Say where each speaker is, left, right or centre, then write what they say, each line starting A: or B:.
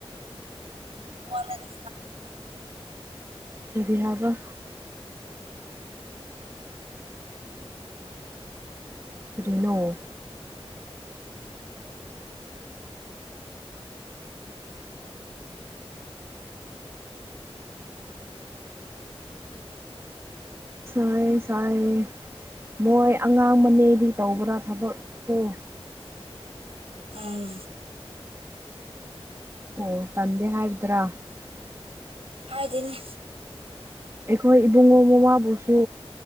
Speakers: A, on the right (about 70°); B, on the right (about 25°).
A: ꯃꯉꯣꯟꯗꯗꯤ
B: ꯐꯗꯤꯍꯖ ꯔꯤꯅꯣ ꯁꯥꯏ ꯁꯥꯏ ꯃꯣꯏ ꯑꯉꯥꯡ ꯃꯅꯦꯗꯤ ꯇꯧꯕ꯭ꯔꯥ ꯊꯕꯛꯇꯣ
A: ꯑꯥ
B: ꯑꯣ ꯇꯗꯦ ꯍꯥꯏꯥꯔꯗ꯭ꯔꯥ
A: ꯍꯥꯎꯗꯅꯦ
B: ꯑꯩꯈꯣꯏ ꯏꯕꯨꯡꯉꯣ ꯃꯃꯥ ꯁꯨ